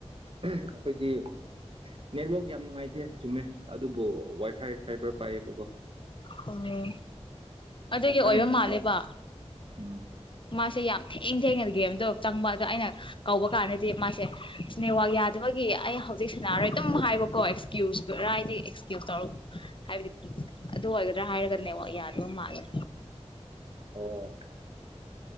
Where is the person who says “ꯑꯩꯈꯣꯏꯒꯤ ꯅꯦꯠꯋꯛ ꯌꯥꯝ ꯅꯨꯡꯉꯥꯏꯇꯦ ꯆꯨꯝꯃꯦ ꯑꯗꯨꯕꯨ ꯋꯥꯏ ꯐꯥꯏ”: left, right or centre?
Right